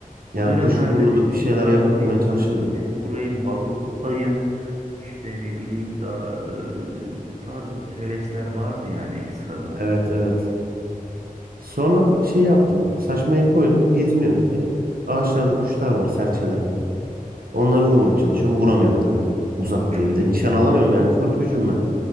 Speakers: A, on the right (about 80°); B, on the right (about 50°).
A: Yani
B: o dönemlerde
A: kuş vururduk.
B: bir çocuklarla
A: Bir şeyler yapmaya
B: bir
A: çalışırdık.
B: hani kuş vurayım, balık tutayım, işte ne bileyim daha e, bu tarz hevesler vardı yani ekstradan.
A: Evet evet. Sonra şey yaptım. Saçmayı koydum. Geziniyorum işte. Ağaçlarda kuşlar var. Serçeler. Onları vurmaya çalışıyorum. Vuramıyorum tabii. Uzak diye.
B: <laughs>
A: Bir de nişan alamıyorum yani. Ufak çocuğum ben.